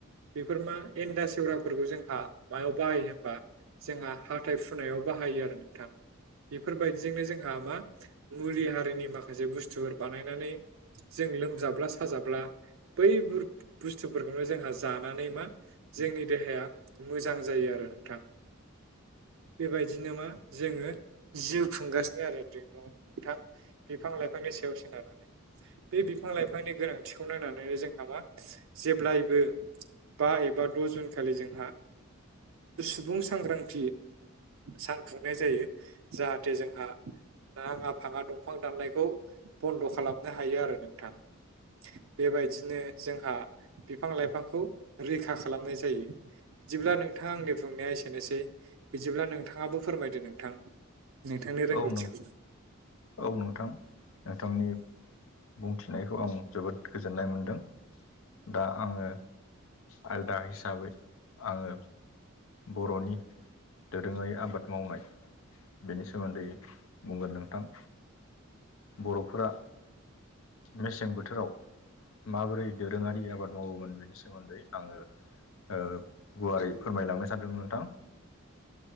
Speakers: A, on the right (about 65°); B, on the left (about 75°).
A: बेफोर मा एन्दा सेवरा फोरखौ जोंहा मायाव बाहायो होमबा जोंहा हाथाय फुनायाव बाहायो आरो नोंथां बेफोरबायदिजोंनो जोंहा मा मुलि हारिनि माखासे बुस्थुफोर बानायनानै जों लोमजाब्ला साजाब्ला बैफोर बुस्थुफोरखौनो जोंहा जानानै मा जोंनि देहाया मोजां जायो आरो नोंथां। बेबायदिनो मा जोङो जिउ खुंगासिनो आरो। नोंथां बिफां लाइफांनि सायाव सोनारनानै बे बिफां लाइफांनि गोनांथिखौ नायनानैनो जोंहा मा जेब्लायबो बा एबा द' जुन खालि जोंहा सुबुं सांग्रांथि सान खुंनाय जायो जाहाथे जोंहा नाङा फाङा दंफां दाननायखौ बन्द' खालामनो हायो आरो नोंथां। बेबायदिनो जोंहा बिफां लाइफांखौ रैखा खालामनाय जायो। बिदिब्ला नोंथाङा आंनि बुंनाया एसेनोसै बिदिब्ला नोंथाङाबो फोरमायदो नोंथां। नोंथांनि रोंगौथिखौ।
B: औ नों औ नोंथां। नोंथांनि बुंथिनायखौ आं जोबोद गोजोननाय मोनदों। दा आङो आलदा हिसाबै आङो बर'नि दोरोङारि आबाद मावनाय बेनि सोमोन्दै बुंगोन नोंथां। बर'फोरा मेसें बोथोराव माबोरै दोरोङारि आबाद मावोमोन बेनि सोमोन्दै आङो ओ गुवारै फोरमायलांनो सानदों नोंथां।